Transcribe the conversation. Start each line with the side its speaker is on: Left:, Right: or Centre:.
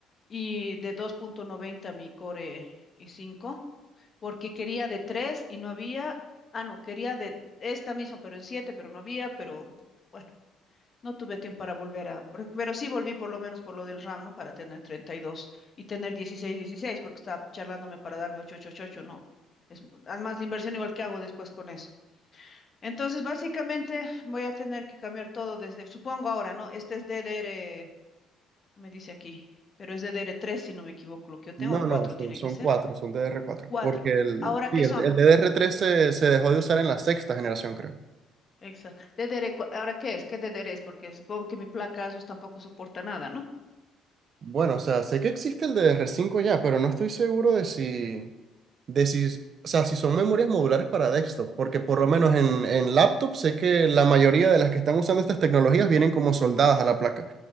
Left: y de 2.90 mi Core i cinco. porque quería de tres y no había, ah, no, quería de esta misma, pero en siete, pero no había, pero bueno, no tuve tiempo para volver a, pero pero sí volví por lo menos por lo del RAM, ¿no? Para tener treinta y dos y tener 16 16, porque estaba charlándome para darme 8 8 8 8, no. Es, además de inversión igual que hago después con eso. Entonces, básicamente voy a tener que cambiar todo desde, supongo ahora, ¿no? Este es DDR, me dice aquí, pero es ddr tres si no me equivoco, lo que yo tengo,
Right: No,
Left: o 4
Right: no, son,
Left: tiene
Right: son
Left: que ser.
Right: cuatro, son DDR4,
Left: cuatro.
Right: porque el,
Left: ¿Ahora
Right: sí,
Left: qué
Right: el,
Left: son?
Right: el DDR3 se, se dejó de usar en la sexta generación, creo.
Left: Exacto. Dedere, cu- ¿ahora qué es? ¿Qué Dedere es? Porque supongo que mi placa Asus tampoco soporta nada, ¿no?
Right: Bueno, o sea, sé que existe el DDR5 ya, pero no estoy seguro de si... de si, o sea, si son memorias modulares para desktop, porque por lo menos en, en laptop sé que la mayoría de las que están usando estas tecnologías vienen como soldadas a la placa.